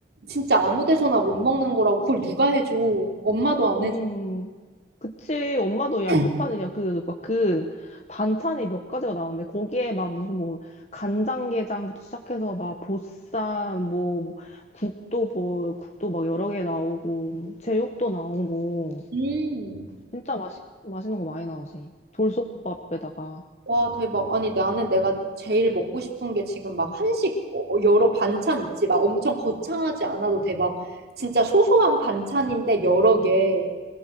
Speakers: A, on the right; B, on the left.
A: 진짜 아무 데서나 못 먹는 거라고 그걸 누가 해줘. 엄마도 안
B: 음,
A: 해줘.
B: 그치. 엄마도 야,
A: <clears throat>
B: 못하지. 야, 그, 막 그, 반찬이 몇 가지가 나오는데, 거기에 막 무슨 뭐, 간장게장부터 시작해서 막, 보쌈, 뭐, 국도 뭐, 국도 막 여러 개 나오고, 뭐 제육도 나오고,
A: 음.
B: 진짜 맛있, 맛있는 거 많이 나오지. 돌솥밥에다가.
A: 와, 대박. 아니, 나는 내가 제일 먹고 싶은 게 지금 막 한식 어, 어, 여러 반찬 있지. 막 엄청 거창하지 않아도 돼. 막 진짜 소소한 반찬인데 여러 개.